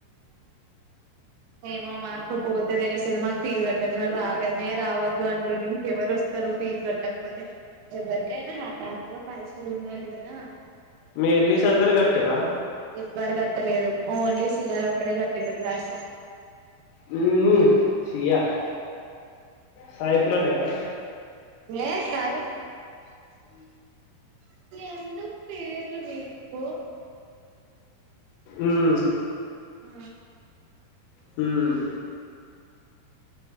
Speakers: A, on the right; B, on the left.
A: ఏమో మాకు పోతే తెలుస్తది మాకు ఫీజు కట్టందె వాడు రానే రావద్దు అంటుటే ఇంకెవరు వస్తారు ఫీజు కట్టకపోతే ఎవ్వరికైనా హఠాత్తుగా పైసలు ఉండాలి కదా
B: మీ ఎలిస్ అందరూ కట్టిరా
A: ఎవ్వరు కట్టలేదు ఓన్లీ సిఆర్ ఒక్కడే కట్టటిండు క్లాస్లా
B: హ్మ్మ్ సియార్ సాయి ప్రణయ్ ఆ
A: ఏ కాదు ఎందుకు పేర్లు నీకు
B: ఉమ్
A: ఆ
B: హుమ్